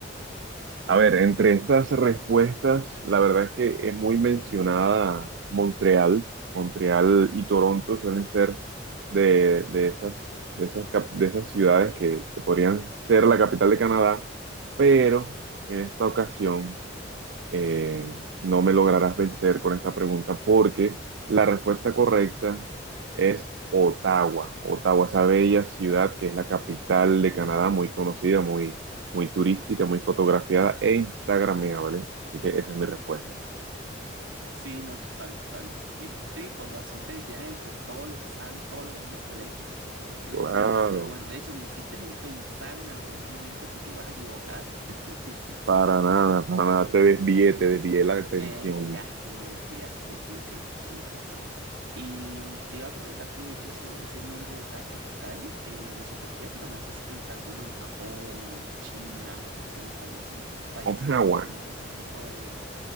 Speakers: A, on the right (about 65°); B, on the right (about 85°).
A: A ver, entre estas respuestas, la verdad es que es muy mencionada Montreal. Montreal y Toronto suelen ser de, de esas, de esas, cap- de esas ciudades que, que podrían ser la capital de Canadá, pero en esta ocasión eh, no me lograrás vencer con esta pregunta porque la respuesta correcta es Ottawa. Ottawa, esa bella ciudad que es la capital de Canadá, muy conocida, muy, muy turística, muy fotografiada e instagrameable. Así que esa es mi respuesta.
B: Sí, no, total, total. Viste, y con razón te decían el que todo lo sabe y todo lo ve en el colegio, José, porque es que eres
A: Claro,
B: demasiado bueno. De hecho, me hiciste pensar en algún momento que te ibas a equivocar. <laughs>
A: para nada, para nada. Te desvié, te desvié la atención.
B: Me desviaste, me desviaste, sí, es cier- sí, es cierto. Y mm, te iba a comentar que de hecho ese, ese nombre de esa capital, eh, no sé por qué, pero me haces pensar como en Japón, en China, sí, como en estos países
A: Ottawa.
B: que tienen este tipo de,